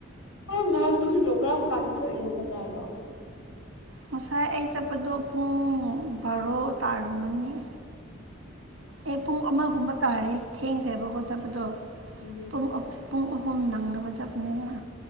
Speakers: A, on the left; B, on the right.
A: ꯑꯣ ꯉꯥꯏꯍꯥꯛꯇꯨꯝ ꯗ꯭ꯔꯣ ꯀꯔꯝ ꯀꯥꯟꯗ ꯊꯣꯛꯏꯅꯣ ꯕꯖꯥꯔꯗꯣ
B: ꯉꯁꯥꯏ ꯑꯩ ꯆꯠꯄꯗꯣ ꯄꯨꯡ ꯕꯥꯔꯣ ꯇꯥꯔꯝꯃꯅꯤ ꯑꯦ ꯄꯨꯡ ꯑꯃꯒꯨꯝꯕ ꯇꯥꯔꯦ ꯊꯦꯡꯈ꯭ꯔꯦꯕ ꯈꯣꯏ ꯆꯠꯄꯗꯣ
A: ꯎꯝ
B: ꯄꯨꯡ ꯄꯨꯡ ꯑꯍꯨꯝ ꯅꯪꯅꯕ ꯆꯠꯄꯅꯦꯕ